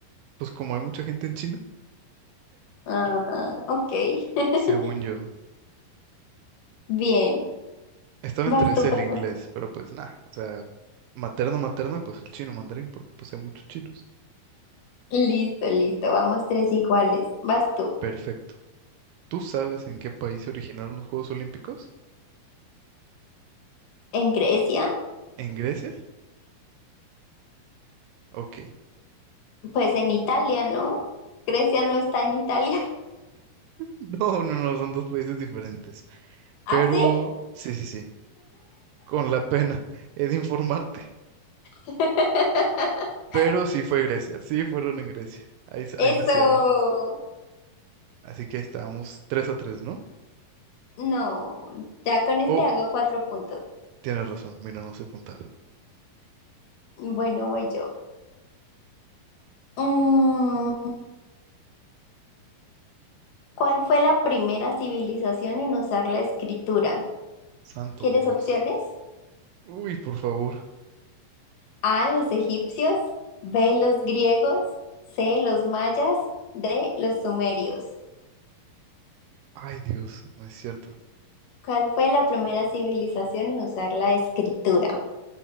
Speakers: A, on the right; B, on the left.
A: pues como hay mucha gente en China,
B: Ah, ok. <laughs>
A: según yo,
B: Bien.
A: estaba
B: Vas
A: entre ese
B: tú.
A: y
B: por
A: el inglés,
B: favor.
A: pero pues nada, o sea, materno, materno, pues el chino mandarín, porque pues hay muchos chinos.
B: Listo, listo. Vamos tres iguales. Vas tú.
A: Perfecto. ¿Tú sabes en qué país se originaron los Juegos Olímpicos?
B: ¿En Grecia?
A: ¿En Grecia? Ok. <laughs>
B: Pues en Italia, ¿no? Grecia no está en Italia. <laughs>
A: No, no, no, son dos países diferentes.
B: ¿Ah,
A: Pero,
B: sí?
A: sí, sí, sí, con la pena he de informarte.
B: <laughs>
A: Pero sí fue Grecia, sí fueron en Grecia, ahí, s-
B: Eso.
A: ahí nacieron. Así que estábamos 3 a 3, ¿no?
B: No. Ya con este
A: Oh,
B: hago cuatro puntos.
A: tienes razón, mira, no sé contar.
B: Bueno, voy yo. Mm, ¿cuál fue la primera civilización en usar la escritura?
A: Santo
B: ¿Quieres
A: Dios.
B: opciones?
A: Uy, por favor.
B: A, los egipcios, B, los griegos, C, los mayas, D, los sumerios.
A: Ay, Dios, no es cierto.
B: ¿Cuál fue la primera civilización en usar la escritura?